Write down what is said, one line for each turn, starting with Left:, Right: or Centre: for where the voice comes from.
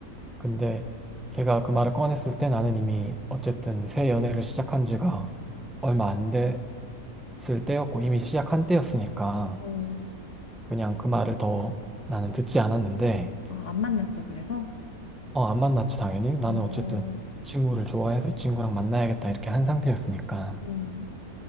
Centre: 근데 걔가 그 말을 꺼냈을 때 나는 이미 어쨌든 새 연애를 시작한 지가 얼마 안 됐을 때였고 이미 시작한 때였으니까
Left: 어.
Centre: 그냥 그 말을 더 나는 듣지 않았는데
Left: 아, 안 만났어, 그래서?
Centre: 어, 안 만났지 당연히 나는
Left: 어,
Centre: 어쨌든 이 친구를 좋아해서 이 친구랑 만나야겠다 이렇게 한 상태였으니까
Left: 음,